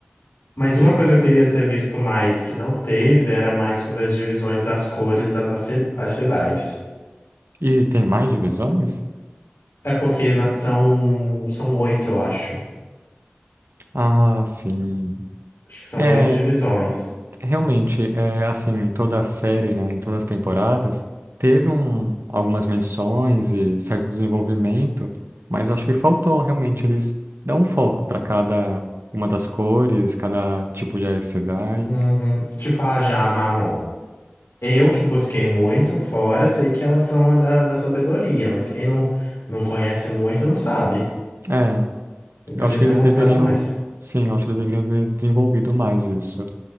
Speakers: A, on the left; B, on the right.
A: Mas uma
B: E,
A: coisa que eu queria ter visto mais que não teve era mais sobre as divisões das cores das ace- as cidades.
B: e tem mais divisões?
A: É porque na- são são oito, eu acho.
B: Ah, sim.
A: Acho que são
B: É.
A: oito divisões.
B: Realmente, é, assim, em toda a série, né, em todas as temporadas, teve um, algumas menções e certo desenvolvimento, mas eu acho que faltou realmente eles dar um foco para cada uma das cores, cada tipo de Aes Sedai.
A: Uhum. Tipo a já marrom. Eu que busquei muito fora, sei que elas são a da, da sabedoria, mas quem não, não conhece muito não sabe.
B: É,
A: Eu podia
B: eu acho que
A: ter
B: eles
A: mostrado
B: deveriam,
A: mais.
B: sim, eu acho que eles deveriam ter desenvolvido mais isso,